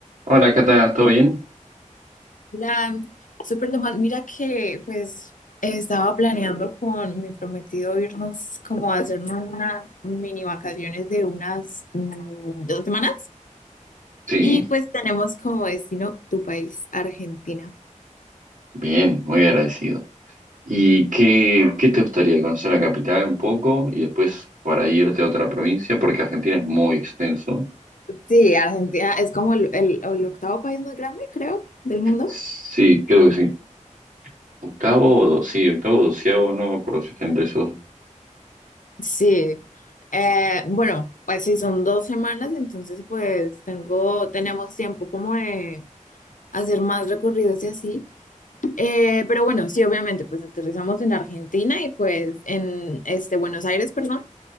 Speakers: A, on the right; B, on the left.
A: Hola, ¿qué tal? ¿Todo bien?
B: La súper normal mira que pues estaba planeando con mi prometido irnos como a hacernos unas mini vacaciones de unas mm, dos semanas
A: Sí,
B: y pues tenemos como destino tu país, Argentina.
A: bien, muy agradecido. ¿Y qué, qué te gustaría conocer la capital un poco y después para irte a otra provincia? Porque Argentina es muy extenso.
B: Sí, Argentina es como el, el el octavo país más grande, creo, del mundo.
A: Sí, creo que sí. Octavo, o do- sí, octavo, o doceavo, no me acuerdo si está entre esos. dos.
B: Sí, eh, bueno, pues si son dos semanas, entonces pues tengo, tenemos tiempo como de hacer más recorridos y así. Eh, pero bueno, sí, obviamente, pues aterrizamos en Argentina y pues en este Buenos Aires, perdón,